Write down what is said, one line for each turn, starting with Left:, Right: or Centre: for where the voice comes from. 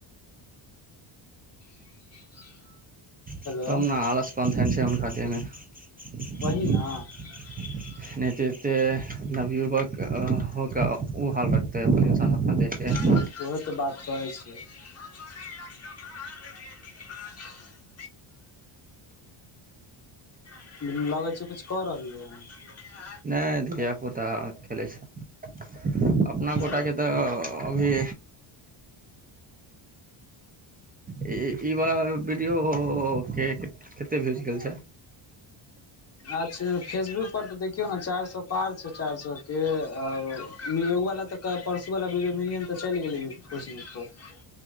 Left: <unintelligible>
Right: <unintelligible>
Left: हेलो वही <unintelligible>
Right: नै ते ऐते नवयुवक हो कऽ ओ हाल रखत है अपन इन्सान अपना देख केँ
Left: <unintelligible> <unintelligible> <unintelligible>
Right: नै धियापुता खेलैत छै <inaudible> अपना गोटाके
Left: ओ
Right: तऽ अ अभी ई ई बला वीडियो केँ कते भ्यूज गेल छै
Left: अच्छा फेसबुक पर तऽ देखियौ ने चार सौ पार छै चार सौ के और एगो वाला तऽ कऽ परसूवला वीडियो मिलियन तऽ चैल गेलैय फेसबुक पर